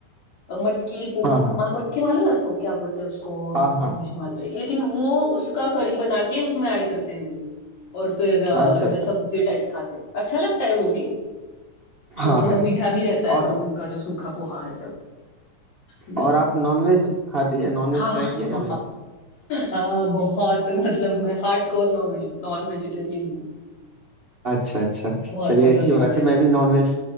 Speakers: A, on the left; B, on the right.
A: अ, मटकी पो-
B: हाँ हाँ
A: म- मटकी मालूम है आपको क्या बोलते हैं उसको
B: हाँ
A: इंग्लिश
B: हाँ
A: मालूम है लेकिन वो उसका करी बना के उसमें ऐड करते हैं वो और फिर अ,
B: अच्छा
A: ऐसे
B: अच्छा
A: सब्जी टाइप खाते हैं अच्छा लगता है वो भी
B: हाँ
A: और थोड़ा
B: हाँ
A: मीठा भी रहता
B: और
A: है वो उनका जो सूखा पोहा है तो हम्म।
B: और आप नॉनवेज खाती है नॉनवेज
A: हाँ
B: ट्राई
A: हाँ
B: किए कभी
A: हाँ, बहुत मतलब मैं hard core non veg non vegetarian हूँ
B: अच्छा अच्छा
A: बहुत
B: चलिए
A: पसंद
B: अच्छी
A: है
B: बात
A: मुझे
B: है मैं भी नॉनवेज